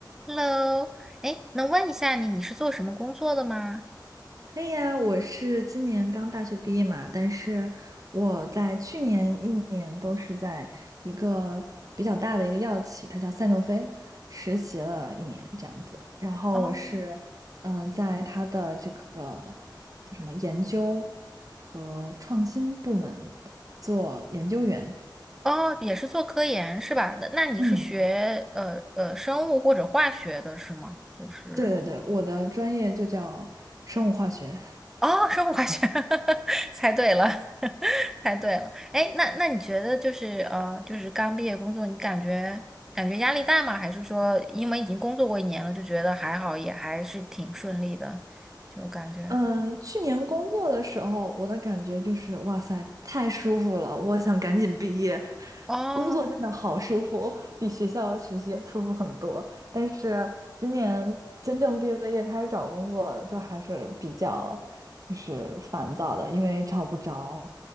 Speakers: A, in the centre; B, on the right (about 45°).
A: Hello，哎，能问一下你，你是做什么工作的吗？
B: 可以啊，我是今年刚大学毕业嘛，但是我在去年一年都是在一个比较大的一个药企，它叫赛诺菲，实习了一年这样子。然后我是，
A: 哦，
B: 嗯、在它的这个叫什么研究和创新部门做研究员。
A: 哦，也是做科研是吧？那那你是学呃呃生物或者化学的是吗？
B: 嗯，
A: 就是
B: 对对对，我的专业就叫生物化学。
A: 哦，生物化学，<laughs> 猜对了，<laughs> 猜对了。哎，那那你觉得就是呃就是刚毕业工作，你感觉感觉压力大吗？还是说因为已经工作过一年了，就觉得还好，也还是挺顺利的，就感觉
B: 嗯，呃去年工作的时候，我的感觉就是，哇塞，太舒服了，我想赶紧毕业。
A: 哦。
B: 工作真的好舒服，比学校学习舒服很多。但是今年真正毕了业开始找工作，就还是比较就是烦躁的，因为找不着。